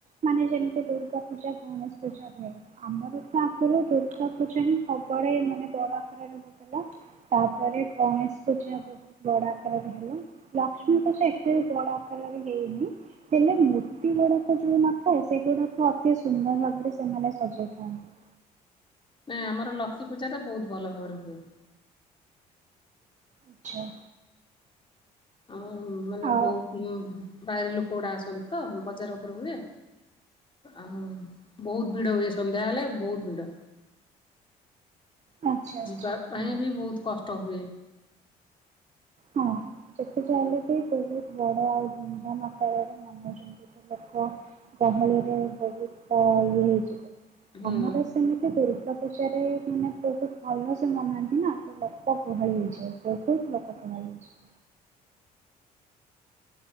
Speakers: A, on the right (about 35°); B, on the left (about 25°).
A: ମାନେ ଯେମିତି ଦୁର୍ଗା ପୂଜା ଗଣେଶ ପୂଜା ହୁଏ। ଆମର ତ ଆଗରୁ ଦୁର୍ଗା ପୂଜା ହିଁ ସବୁଆଡେ ମାନେ ବଡ ଆକାରରେ ହଉଥିଲା। ତାପରେ ଗଣେଶ ପୂଜା ବହୁ ବୋଡା ଆକାରରେ ହେଲା ଲକ୍ଷ୍ମୀ ତ ସେ ଏତେ ବୋଡ଼ା ଆକାରରେ ହେଇନି ହେଲେ ମୂର୍ତ୍ତି ଗୁଡ଼ାକ ଯଉ ନଥାଏ ସେଗୁଡ଼ାକ ଅତି ସୁନ୍ଦର ଭାବରେ ସେମାନେ ସଜାଇଥାନ୍ତି।
B: ନାଇଁ ଆମର ଲକ୍ମୀ ପୂଜା ତ ବହୁତ ଭଲ ଭାବରେ ହୁଏ
A: ଆଚ୍ଛା
B: ଆମର ମାନେ
A: ଆଉ
B: ବହୁତ ବାହାରି ଲୋକ ଗୁଡା ଆସନ୍ତି ତ ବଜାର ଉପର ହୁଏ। ଆଓ ବହୁତ ଭିଡ ହୁଏ ସନ୍ଧ୍ୟା ହେଲେ ବହୁତ ଭିଡ
A: ଆଚ୍ଛା
B: ଯିବା
A: ଆଚ୍ଛା
B: ପାଇଁ
A: ହଁ
B: ବି ବହୁତ କଷ୍ଟ ହୁଏ।
A: ହଁ ଯେତେ ଯା ହେଲେ ବି ବହୁତ ବଡ ଆଉ ଧୁମଧାମ ଆକାରରେ ମନଉଛନ୍ତି ବ ଲୋକ ଗହଳିରେ ବହୁତଅ -ଇଏ ହେଇଚି
B: ହୁଁ
A: ଆମର ସେମିତି ଦୁର୍ଗା ଦ ପୂଜାରେ ମାନେ ବହୁତ ଭଲ ସେ ମନାନ୍ତି ନା ତ ଲୋକ ଗୁହଳି ହେଇଯାଏ ବହୁତ ଲ ଣଛି <unintelligible>